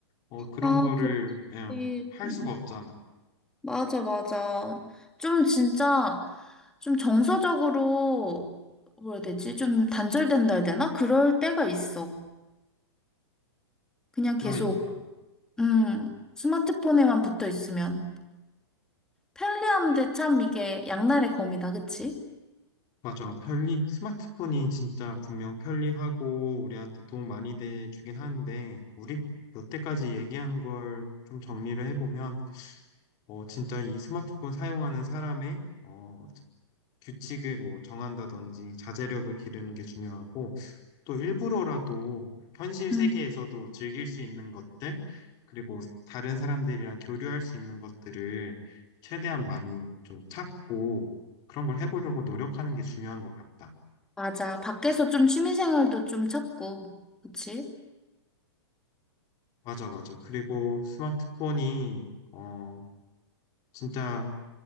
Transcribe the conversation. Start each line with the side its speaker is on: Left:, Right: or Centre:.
Left: 어, 그런
Centre: 아,
Left: 거를 예,
Centre: 음,
Left: 할 수가 없잖아.
Centre: 맞아, 맞아. 좀 진짜, 좀 정서적으로, 뭐라 해야 되지? 좀 단절된다 해야 되나? 그럴 때가 있어. 그냥
Left: 그러니까.
Centre: 계속, 음, 스마트폰에만 붙어 있으면. 편리한데 참 이게 양날의 검이다, 그치?
Left: 맞아. 편리, 스마트폰이 진짜 분명 편리하고 우리한테 도움 많이 돼주긴 하는데 우리 여태까지 얘기한 걸 좀 정리를 해보면 어, 진짜 이 스마트폰 사용하는 사람의 어, 규칙을 뭐 정한다든지 자제력을 기르는 게 중요하고 또 일부러라도 현실 세계에서도
Centre: 응
Left: 즐길 수 있는 것들 그리고 다른 사람들이랑 교류할 수 있는 것들을 최대한 많이 좀 찾고 그런 걸 해보려고 노력하는 게 중요한 것 같다.
Centre: 맞아. 밖에서 좀 취미생활도 좀 찾고, 그치?
Left: 맞아, 맞아. 그리고 스마트폰이 어 진짜